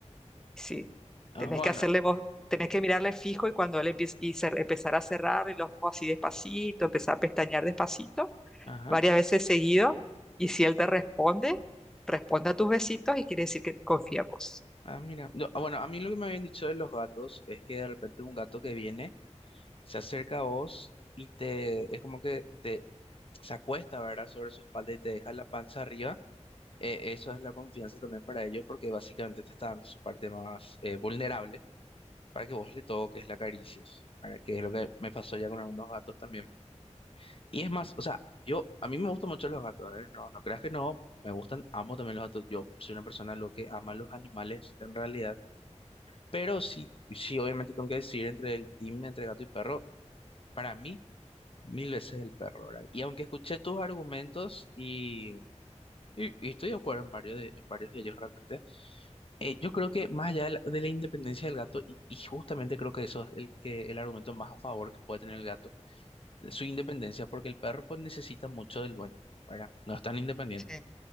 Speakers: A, in the centre; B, on the left.
A: sí,
B: ah,
A: tenés
B: bueno,
A: que hacerle vos, tenés que mirarle fijo y cuando él empiece y cer- empezar a cerrar y los ojos así despacito, empezar a pestañear despacito,
B: ajá.
A: varias veces seguido. Y si él te responde, responde a tus besitos y quiere decir que confía en vos.
B: Ah, mira. No, ah, bueno, a mí lo que me habían dicho de los gatos es que de repente un gato que viene se acerca a vos y te, es como que te se acuesta, ¿verdad? Sobre su espalda y te deja la panza arriba. Eh, eso es la confianza también para ellos porque básicamente te está dando su parte más eh, vulnerable. para que vos le toques, la acaricies, para que es lo que me pasó ya con algunos gatos también. Y es más, o sea, yo, a mí me gustan mucho los gatos, ¿eh? No, no creas que no, me gustan, amo también los gatos. Yo soy una persona lo que ama los animales en realidad, pero sí, sí, obviamente tengo que decidir entre el team, entre gato y perro, para mí, mil veces el perro, ¿verdad? Y aunque escuché tus argumentos y, y, y estoy de acuerdo en varios de, en varios de ellos realmente. Eh, yo creo que más allá de la, de la independencia del gato, y, y justamente creo que eso es el, que, el argumento más a favor que puede tener el gato, su independencia, porque el perro pues, necesita mucho del dueño, ¿verdad? No es tan independiente,
A: Sí,